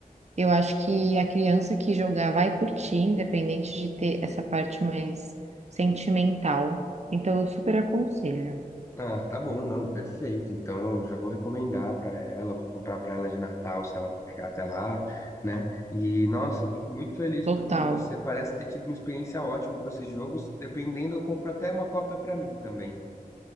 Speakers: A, on the right; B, on the left.
A: Eu acho que a criança que jogar vai curtir, independente de ter essa parte mais sentimental. Então, eu super aconselho.
B: Ah, tá bom, não, perfeito. Então eu já vou recomendar pra ela, vou comprar pra ela de Natal, se ela não pegar até lá, né? E nossa, eu fico muito feliz
A: Total.
B: porque você parece ter tido uma experiência ótima com esses jogos. Dependendo, eu compro até uma cópia pra mim também.